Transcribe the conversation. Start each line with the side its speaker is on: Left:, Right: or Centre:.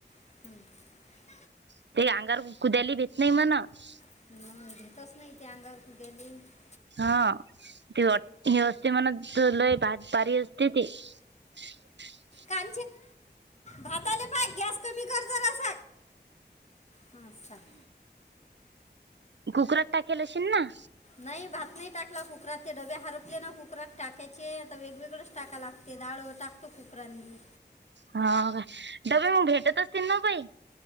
Left: <inaudible>
Right: <unintelligible>
Left: <unintelligible>
Right: <unintelligible> <inaudible>
Left: क भात आले पाय गॅस कमी करज हां सर
Right: कुकरात टाकेलशन ना
Left: नाही भात नाही टाकला कुकरात ते डबे हरपले ना कुकरात टाकायचे आता वेगवेगळेच टाका लाग ते डाळ टाकतो कुकरांनी
Right: हा का डब्बे मग भेटत असतील न बय